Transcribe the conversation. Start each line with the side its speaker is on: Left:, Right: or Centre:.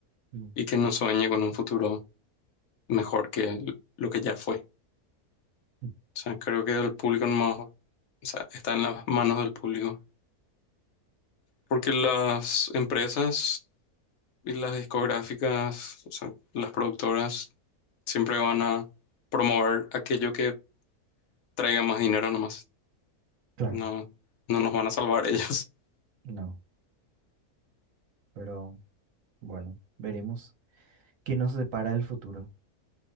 Right: Mm.
Left: y que no sueñe con un futuro mejor que lo que ya fue.
Right: Mm,
Left: O sea, creo que el público nomás, o sea, está en las manos del público. Porque las empresas Y las discográficas, o sea, las productoras, siempre van a promover aquello que traiga más dinero nomás.
Right: Claro.
Left: No, no nos van a salvar ellos. <laughs>
Right: No, pero... Bueno, veremos qué nos depara el futuro.